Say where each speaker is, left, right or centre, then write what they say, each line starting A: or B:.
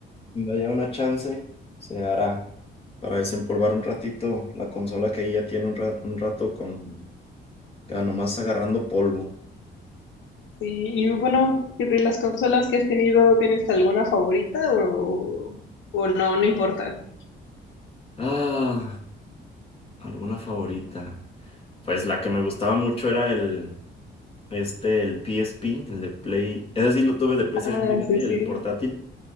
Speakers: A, on the left (about 30°); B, on the left (about 75°).
A: cuando haya una chance, se hará para desempolvar un ratito la consola que ahí ya tiene un, ra- un rato con, ya nomás agarrando polvo.
B: sí. Y bueno, de las consolas que has tenido, ¿tienes alguna favorita o, o no, no importa?
A: Ah, alguna favorita. Pues la que me gustaba mucho era el... Este, el PSP, el de Play. Ese sí lo tuve de PlayStation,
B: Ah,
A: fíjate,
B: sí, sí.
A: el portátil.